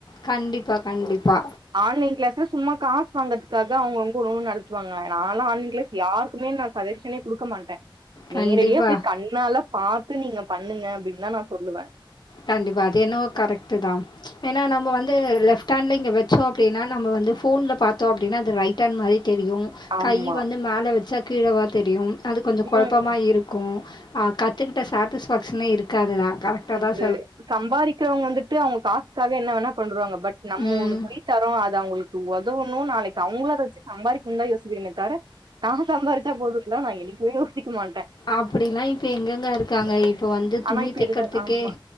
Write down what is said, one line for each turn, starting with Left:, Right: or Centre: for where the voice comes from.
Left: கண்டிப்பா கண்டிப்பா
Right: ஆன்லைன் கிளாஸ்ல சும்மா காசு வாங்குறதுக்காக அவுங்கவுங்க ஒன்னு நட த்துவாங்க நாலா ஆன்லைன் கிளாஸ் யாருக்குமே நா சஜ்ஷனே குடுக்க மாட்ட
Left: கண்டிப்பா,
Right: நேரடியா போய் கண் கண்ணால பாத்து நீங்க பண்ணுங்க அப்டின்தா நா சொல்லுவேன்
Left: கண்டிப்பா அது என்னவோ கரெக்டு தா ஏன்னா நம்ம வந்து லெப்ட் ஹேண்ட்ல இங்க வச்சோம் அப்டின்னா நம்ம வந்து போன்ல பாத்தோம் அப்டின்னா அது ரைட் ஹேண்ட் மாரி தெரியு
Right: ஆமா
Left: கை வந்து மேல வச்சா கீழவா தெரியும் அது கொஞ்சோ
Right: ம்
Left: குழப்பமா இருக்கும் ஆ கத்துக்கிட்ட சாட்டிஸ்ஃபேக்ஷனே இருக்காது தா கரெக்டாக
Right: இது
Left: தா
Right: சம்பாறிக்க வந்துட்டு அவுங்க காசு காக என்ன வேணா பண்றுவாங்க பட் நம்ம
Left: ம்.
Right: ஒன்னு சொல்லி தரோ அத அவுங்களுக் கு உதவணு நாளைக் அவுங்களு அத வெச்சு சம்பாரி ந்தா யோசிக்குறோமே தவர தா சம்பாரிச்சா போதுன்லா நா என்னைக்குமே யோசிக்க மாட்டே
Left: அப்டில்லா இப்ப எங்கெங்க இருக்காங்க இப்ப வந்து
Right: ஆனா
Left: துணி
Right: இப்ப
Left: தைக்கறதுக்கே
Right: எல்ல ஆமா